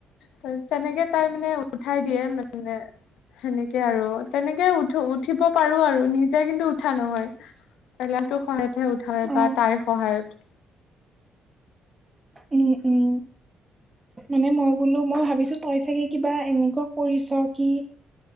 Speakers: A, on the left; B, on the right.
A: ত তেনেকে তাই মানে উঠাই দিয়ে মানে, সেনেকে আৰু তেনেকে উঠো। উঠিব পাৰো আৰু নিজে কিন্তু উঠা নহয়। এলাৰ্মটো সহায়তহে উঠায়
B: অ
A: বা তাইৰ সহায়ত।
B: উম উম মানে মই বোলো মই ভাবিছো তই চাগে কিবা এনেকুৱা কৰিছ। কি